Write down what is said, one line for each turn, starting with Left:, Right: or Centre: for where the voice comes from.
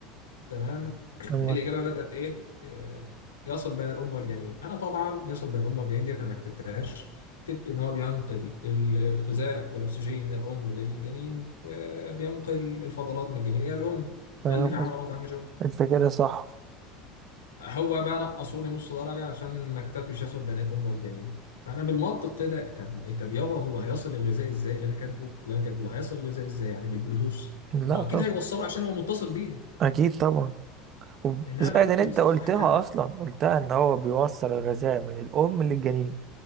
Left: تمام <clears throat>
Right: تمام
Left: الإجابة بدأ بإيه؟ آه، يصل بين الأم والجنين أنا طبعا يصل بين الأم والجنين ديت أنا ما كتبتهاش كتبت إن هو بينقل الغذاء والأكسجين من الأم للجنين وبينقل الفضلات من الجنين إلى الأم
Right: تمام
Left: هل دي في حاجة
Right: أنت
Left: غلط يا عم جو؟
Right: أنت كده صح
Left: هو بقى نقصوا لي نص درجة عشان ما كتبتش يصل بين الأم والجنين فأنا بالمنطق كده طب طب يابا هو هيصل الغذاء إزاي اللي أنا كاتبه اللي أنا كاتبه ده هيصل الغذاء إزاي يعني بالبلوتوث
Right: لا
Left: ما هو
Right: طب
Left: أكيد هيوصله عشان هو متصل بيها
Right: أكيد طبعا
Left: إنها
Right: زائد
Left: بقى اللي
Right: ان انت
Left: بيصحح
Right: قلتها
Left: كام
Right: اصلا قلتها ان هو بيوصل الغذاء من الام للجنين